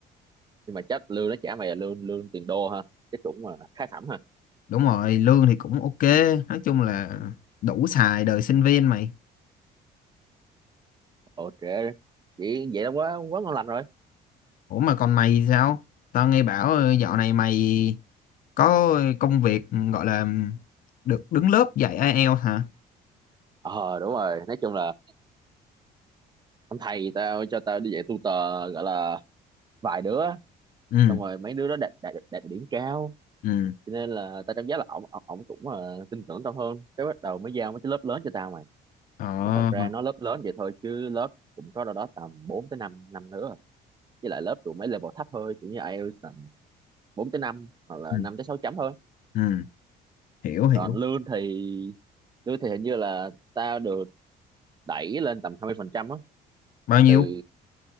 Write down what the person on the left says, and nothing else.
đúng rồi lương thì cũng ok nói chung là đủ xài đời sinh viên mày
Ủa mà còn mày thì sao? Tao nghe bảo ờ, dạo này mày có công việc gọi là được đứng lớp dạy IELTS hả?
Ừ,
ừ.
Ờ,
ừ,
ừ. Hiểu, hiểu.
Bao nhiêu?